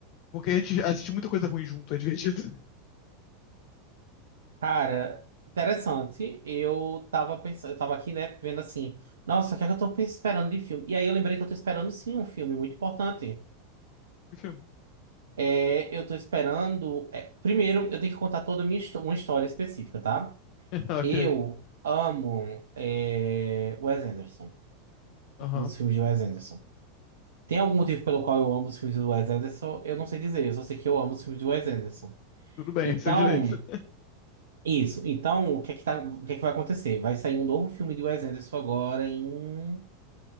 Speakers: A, on the left; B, on the right.
A: Porque a gente assiste muita coisa ruim junto, é divertido. <laughs>
B: Cara, interessante. Eu tava pensando, eu tava aqui, né, vendo assim, nossa, o que é que eu tô pens- esperando de filme? E aí eu lembrei que eu tô esperando sim um filme muito importante.
A: Que filme?
B: É, eu tô esperando. é, primeiro, eu tenho que contar toda a minha histó- uma história específica, tá?
A: <laughs> ok.
B: Eu amo é, Wes Anderson.
A: Aham.
B: Eu amo os filmes de Wes Anderson. Tem algum motivo pelo qual eu amo os filmes de Wes Anderson? Eu não sei dizer, eu só sei que eu amo os filmes de Wes Anderson.
A: Tudo bem,
B: Então.
A: é seu direito. <laughs>
B: Isso. Então, o que é que tá, o que é que vai acontecer? Vai sair um novo filme de Wes Anderson agora em